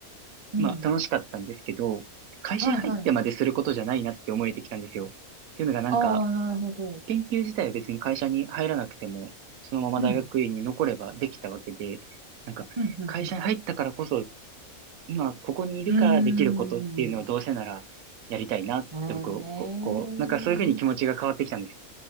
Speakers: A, on the right (about 50°); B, on the right (about 75°).
A: うん。
B: まあ楽しかったんですけど、会社に入ってまですることじゃないなって思えてきたんですよ。
A: はい。はい。
B: っていうのがなんか、
A: ああ、なるほど。
B: 研究自体は別に会社に入らなくても、そのまま大学院に残ればできたわけで、
A: うん。
B: なんか、
A: うん。うん。
B: 会社に入ったからこそ、
A: う
B: 今ここにいるからできることっていうのをどうせならやりたいなって僕、
A: ん。うーん。
B: こう、こうなんかそういうふうに気持ちが変わってきたんですよ。
A: へえ、